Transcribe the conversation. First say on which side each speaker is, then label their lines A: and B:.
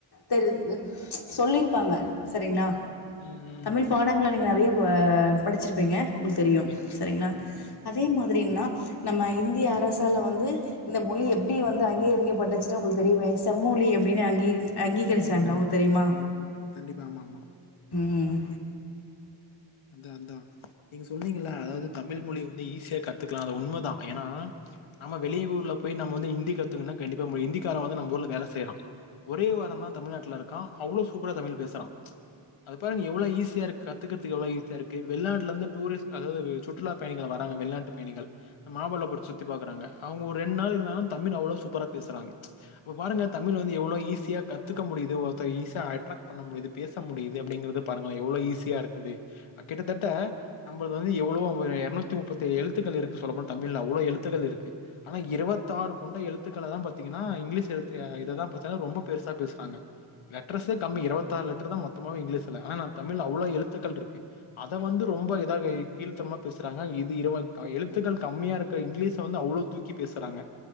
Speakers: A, on the left (about 55°); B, on the left (about 85°).
A: தெரி து சொல்லிர்ப்பாங்க சரிங்ளா
B: ம், ம்.
A: தமிழ் பாடங்கள நீங் நறைவ்வ படிச்சிருப்பீங்க உங்குள் தெரியும்
B: கண்டிப்பா.
A: சரிங்ளா
B: ம், ம்,
A: அதே
B: ம்.
A: மாதிரினா நம்ம இந்திய அரசால வந்து இந்த மொழி எப்டி வந்து அங்கீகரிக்கப்பட்டுச்சுட்டு உங்கள் தெரியுமே செம்மொழி அப்டின்னே அங்கீர் அங்கீகரிச்சாங்க
B: ம், ம்.
A: உங்குள் தெரியுமா
B: கண்டிப்பா. கண்டிப்பா ஆமா ஆமா
A: ம்
B: அதா அதா நீங்க சொன்னீங்கல்ல அதாவது தமிழ் மொழி வந்து ஈஸியா கத்துக்கலா அது உண்ம தா ஏனா நம்ம வெளிஊர்ல போய் நம்ம வந்து இந்தி கத்துக்கன்னா கண்டிப்பா முடி இந்திக்கார வந்து நம் ஊர்ல வேல செய்ரா ஒரே வாரோந் தா தமிழ்நாட்டுல இருக்கா அவ்ளோ சூப்பரா தமிழ் பேசுறா அது பாருங்க எவ்ளோ ஈஸியா இருக் கத்துகுது கத்துக்க எவ்ளோ ஈசியா இருக்கு வெளிநாட்ல இருந்து டூரிஸ்ட் அதாவது சுற்றுலாப் பயணிகள் வராங்க வெளிநாட்டு பயணிகள் மாமபல்லபுரத்த சுத்தி பாக்குறாங்க அவங்க ஒரு ரெண் நாள் இருந்தாங்கன்ன தமிழ் அவ்ளோ சூப்பரா பேசுறாங்க அப்ப பாருங்க தமிழ் வந்து எவ்ளோ ஈசியா கத்துக்க முடியுது ஒருத்த ஈஸியா அட்ராக்ட் பண்ண முடியுது பேச முடியுது அப்டிங்கறது பாருங்கள எவ்ளோ ஈஸியா இருக்குது கிட்டத்தட்ட நம்ளுது வந்து எவ்ளோ எரநூத்தி முப்பத்தி ஏழு எழுத்துக்கள் இருக்கு சொல்ல போனா தமிழ்ல அவ்ளோ எழுத்துகள் இருக்கு ஆனா இருவத்தாறு கொண்ட எழுத்துக்கள தா பாத்தீங்கன்னா இங்லீஷ் எழுத்து இததா பாத்தீங்கன்னா ரொம்ப பெருசா பேசுறாங்க லெட்டர்ஸே கம்மி இருபத்தாறு லெட்டர் தா மொத்தமாவே இங்கிலீ்ஸ்ல ஆனா நா‌ தமிழ்ல அவ்ளோ எழுத்துக்கள் இருக்கு அத வந்து ரொம்ப இதா கீழ்த்தனமா பேசுறாங்க இது இருவ எழுத்துக்கள் கம்மியா இருக்க இங்லீஷ வந்து அவ்ளோ தூக் க்கி பேசுறாங்க